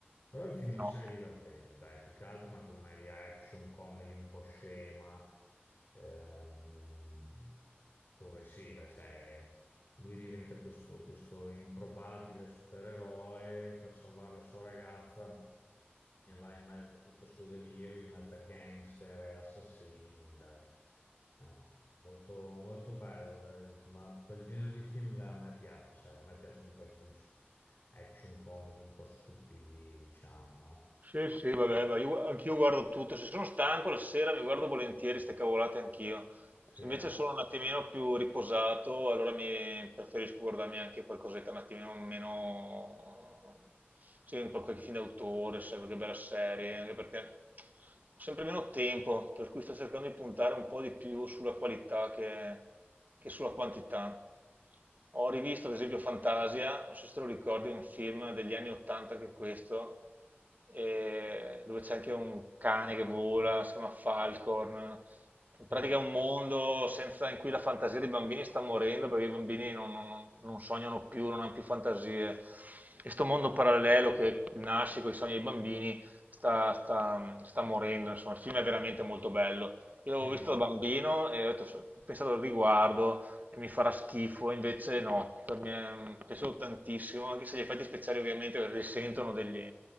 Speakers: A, on the left; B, on the right.
A: Però il film in
B: No.
A: sé è divertente, dai, più che altro una commedia action, comedy un po' scema, ehm, dove sì, la- cioè, lui diventa questo, questo improbabile supereroe per salvare la sua ragazza e va in mezzo a tutto sto delirio, in mezzo a gangster e assassini, dai. Eh, Molto, molto bello, eh, ma quel genere di film là a me piace, sai, a me piacciono un po' i film s- action comedy un po' stupidi, diciamo, no?
B: Sì, sì, vabbè, ma io- anch'io guardo tutto, se sono stanco la sera mi guardo volentieri ste cavolate anch'io.
A: Sì,
B: Se invece
A: eh?
B: sono un attimino più riposato, allora mi preferisco guardarmi anche qualcosetta un attimino meno, sì, un po' qualche film d'autore, sai, qualche bella serie, anche perché ho sempre meno tempo, per cui sto cercando di puntare un po' di più sulla qualità che, che sulla quantità. Ho rivisto ad esempio Fantasia, non so se te lo ricordi, è un film degli anni 80 anche questo, e- dove c'è anche un cane che vola, si chiama Falcorn, in
A: Sì,
B: pratica è un mondo senza- in cui la fantasia dei bambini sta morendo perché i bambini non, non- non- non sognano più, non hanno più fantasie. E sto mondo parallelo che nasce con i sogni dei bambini sta, sta- sta morendo. Insomma, il film è veramente molto bello. Io
A: sì.
B: l'avevo visto da bambino e ho detto, "So- "Ho pensato al riguardo e mi farà schifo, invece no, per me è mm, piaciuto tantissimo, anche se gli effetti speciali ovviamente risentono degli,